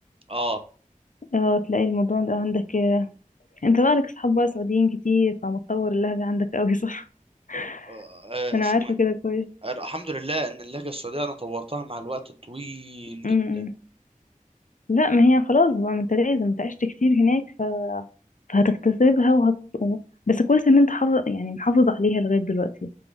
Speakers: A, on the right; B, on the left.
A: اه
B: اه تلاقي الموضوع ده عندك آه، انت بقى لك صحاب بقى سعوديين كتير فمتطور اللهجة عندك قوي صح؟
A: آه،
B: <laughs>
A: آه،
B: انا
A: اسمه
B: عارفة كده كويس
A: ايه الحمد لله ان اللهجة السعودية انا طورتها مع الوقت الطويل
B: امم
A: جدا
B: لا ما هي خلاص بقى ما انت لازم انت عشت كتير هناك ف... فهتكتسبها وهت... بس كويس ان انت حافظ يعني محافظ عليها لغاية دلوقتي